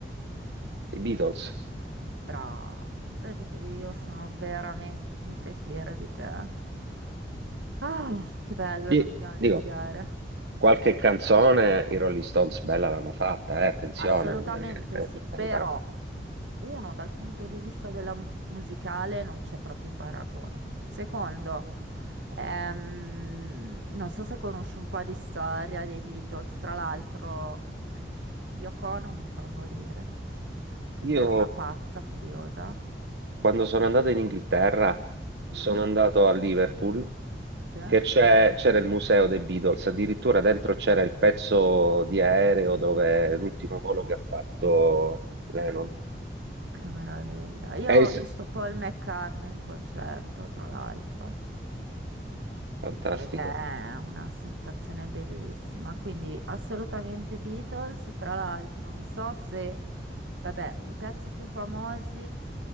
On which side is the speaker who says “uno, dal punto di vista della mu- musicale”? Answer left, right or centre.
Right